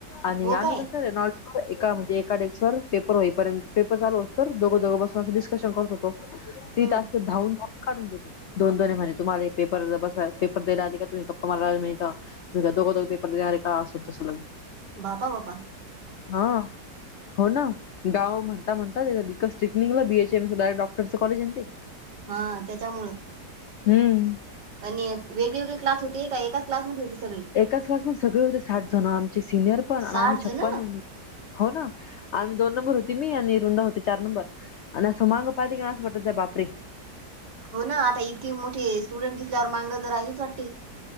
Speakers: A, on the left (about 80°); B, on the right (about 75°).
A: आणि
B: हो
A: आम्ही
B: काय
A: कस? रेनोल्ड ए एका म्हणजे एका डेस्क व पेपर होईर्यंत पेपर चालू असतोर दोघं दोघ बसून डिस्कशन करत होतो.
B: हम्म
A: ती तासक धावून काढून दिले दोन दोन म्हणे तुम्हाला पेपर बसाय पेपर द्याला आले का तुम्ही गप्पा माराला आले इथं. तुझ दोघ दोघ पेपर देणार का अस तसं.
B: बापा बपा.
A: हा होना. गाव म्हणता म्हणता तिथं डिकस स्टिकनिंगला बीएचएमस डायरेक्ट डॉटरच कॉलेज ना ते
B: हा त्याच्यामुळं.
A: हम्म.
B: आणि एक वेगळवेगळे क्लास होते का एकाच क्लासमध्ये होती सगळी
A: एकाच क्लास मदे सगळे होते साठ जण आमचे सिनियर पण
B: साठ
A: आणि आम्ही छप्पन
B: जण
A: हो ना आमी दोन नंबर होती मी आणि रुंदा होती चार नंबर आणि सुमांग उपादे त क ना असं पटत बापरी
B: हो ना आता इतकी मोठीे स्टुडंट दिसल्यावर मांग जरा हीच वाटती.